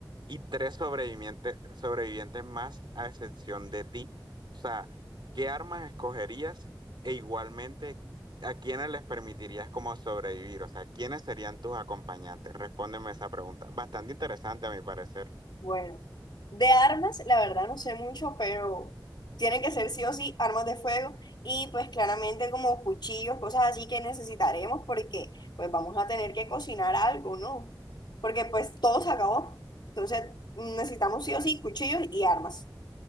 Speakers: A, on the right (about 70°); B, on the left (about 65°).
A: y tres sobrevivientes, sobrevivientes más a excepción de ti. O sea, ¿qué armas escogerías? E igualmente, ¿A quiénes les permitirías como sobrevivir? O sea, ¿quiénes serían tus acompañantes? Respóndeme esa pregunta. Bastante interesante a mi parecer.
B: Bueno, de armas, la verdad no sé mucho, pero tienen que ser sí o sí armas de fuego y pues claramente como cuchillos, cosas así que necesitaremos porque pues vamos a tener que cocinar algo, ¿no? Porque pues todo se acabó. Entonces necesitamos sí o sí cuchillos y armas.